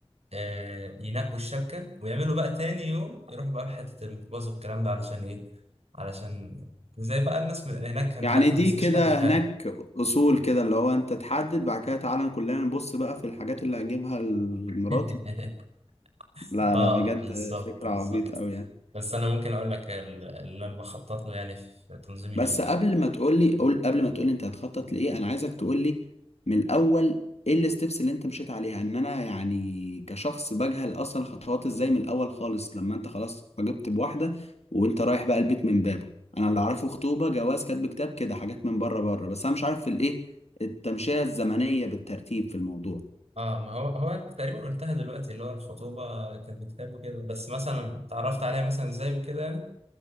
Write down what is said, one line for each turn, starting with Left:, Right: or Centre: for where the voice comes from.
Right: آه ينقوا الشبكه ويعملوا بقى تاني يوم يروحوا بقى في حته الميكروباص والكلام ده علشان ايه علشان زي بقى الناس من هناك انت
Left: يعني
Right: عارف
Left: دي
Right: ما بيسيبوش
Left: كده
Right: حد في حاله
Left: هناك اصول كده اللي هو انت تحدد بعد كده تعالى كلنا نبص بقى في الحاجات اللي هجيبها لمراتي
Right: <laughs>
Left: لا
Right: اه
Left: لا بجد
Right: بالظبط
Left: فكرة
Right: بالظبط
Left: عبيط قوي يعني
Right: بس انا ممكن اقول لك ال- اللي انا بخطط له يعني في تنظيم اليوم
Left: بس
Right: ده
Left: قبل ما تقول لي قول قبل ما تقول لي انت هتخطط لايه انا عايزك تقول لي من الاول ايه الستبس اللي انت مشيت عليها ان انا يعني كشخص بجهل اصلا الخطوات ازاي من الاول خالص لما انت خلاص عجبت بواحده وانت رايح بقى البيت من بابه انا اللي اعرفه خطوبه جواز كاتب كتاب كده حاجات من بره بره بس انا مش عارف في الايه التمشيه الزمنيه بالترتيب في الموضوع
Right: اه ما هو هو انت تقريبا قلتها دلوقتي اللي هو الخطوبه كانت بكتاب وكده بس مثلا اتعرفت عليها مثلا ازاي وكده يعني